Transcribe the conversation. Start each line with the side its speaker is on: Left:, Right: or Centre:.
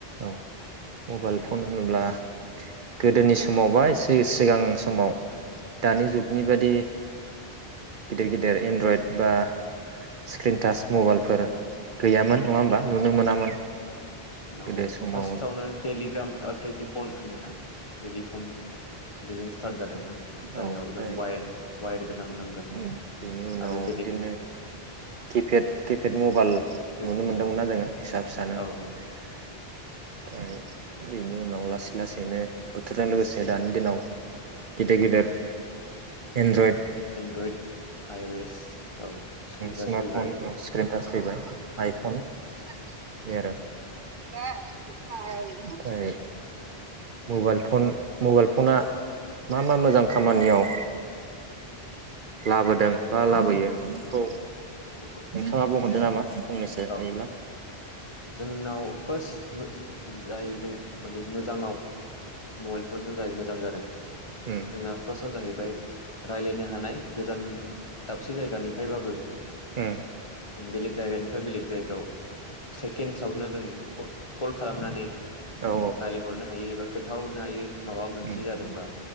Right: औ मबाइल फन होनोब्ला गोदोनि समाव बा एसे सिगां समाव दानि जुगनि बादि गिदिर गिदिर एन्ड्रएड बा स्क्रिनटास मबाइलफोर गैयामोन। नङा होमबा? नुनो मोनामोन।
Left: नाव
Right: गोदो समाव
Left: फास्ट आवनो टेलिग्राम ओ टेलिफन होनो टेलिफन बेजों स्टाट जादोंमोन
Right: औ
Left: जायाव
Right: ओमफ्राय
Left: जों वायेर गोनां होननांगोन
Right: बेनि उनाव
Left: आरो बेलेग
Right: बिदिनो किपेड किपेड मबाइल
Left: फैफैबाय
Right: नुनो मोनदोंमोनना
Left: औ
Right: जोङो फिसा फिसानो ओमफ्राय
Left: औ औ
Right: बेनि उनाव लासै लासै बिनो बोथोरजों लोगोसे दानि दिनाव गिदिर गिदिर एन्ड्रयड
Left: एन्ड्रइड आइअएस औ स्क्रिन टास
Right: स्मार्टफन
Left: फैबाय
Right: स्क्रिन टाच फैबाय आइफन बे आरो <unintelligible> मबाइल फन मबाइल फना मा मा मोजां खामानियाव लाबोदों बा लाबोयो बेखौ
Left: बेखौ
Right: नोंथाङा बुंहरदो नामा? फंनैसो
Left: औ
Right: हायोब्ला
Left: जोंनाव फार्स्ट जायजों माने मोजाङाव मबाइल फनजों जाय मोजां जादों
Right: उम
Left: जोंना फार्स्टआव जाहैबाय रायलायनो हानाय गोजान दाबसे जायगानिफ्रायबाबो
Right: उम
Left: जों बेलेग जायगानिफ्राय बेलेग जायगायाव सेकेन्डसावनो जों कल कल खालामनानै
Right: औ
Left: रायलायहरनो हायो एबा गोथाव नायो। माबा मोनसे
Right: उम
Left: जादोंबा